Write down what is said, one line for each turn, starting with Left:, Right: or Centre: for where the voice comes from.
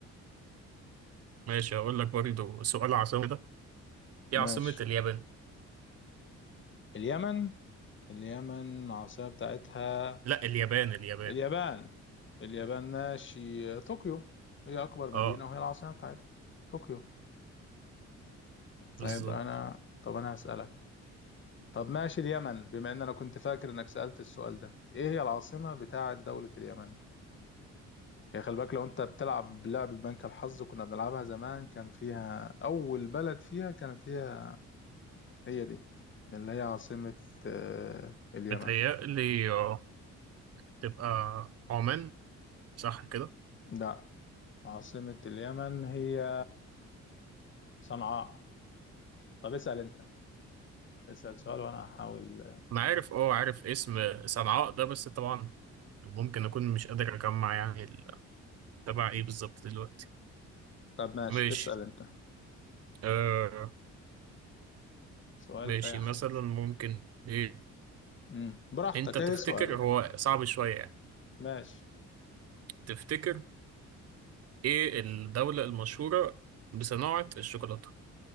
Right: ماشي هقول لك برضه سؤال عاصمة ده ايه عاصمة
Left: ماشي
Right: اليابان
Left: اليمن اليمن عاصمة بتاعتها
Right: لا اليابان اليابان
Left: اليابان اليابان ماشي طوكيو هي أكبر مدينة
Right: اه
Left: وهي العاصمة بتاعتها طوكيو طيب
Right: بالظبط
Left: أنا طب أنا هسألك طب ماشي اليمن بما إن أنا كنت فاكر إنك سألت السؤال ده إيه هي العاصمة بتاعة دولة اليمن؟ هي خلي بالك لو أنت بتلعب لعبة بنك الحظ كنا بنلعبها زمان كان فيها أول بلد فيها كانت هي هي دي اللي هي عاصمة آه، اليمن
Right: متهيألي آه، تبقى عمان صح كده
Left: لا عاصمة اليمن هي صنعاء طب اسأل أنت اسأل سؤال وأنا هحاول
Right: انا عارف اه عارف اسم صنعاء ده بس طبعا ممكن اكون مش قادر اجمع يعني ال- تبع ايه بالظبط دلوقتي
Left: طب ماشي
Right: ماشي
Left: اسأل انت
Right: آه
Left: سؤال
Right: ماشي
Left: في اي حاجة
Right: مثلا ممكن ايه
Left: امم براحتك
Right: انت تفتكر
Left: اي سؤال
Right: هو صعب شوية يعني
Left: ماشي
Right: تفتكر ايه الدولة المشهورة بصناعة الشوكولاتة